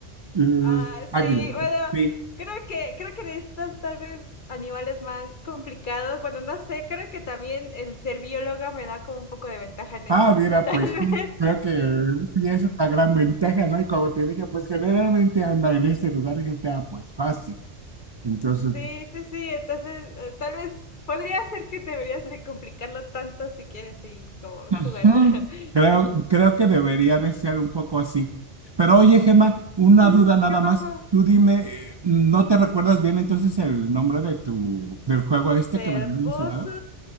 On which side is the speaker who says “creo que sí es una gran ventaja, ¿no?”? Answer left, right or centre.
Right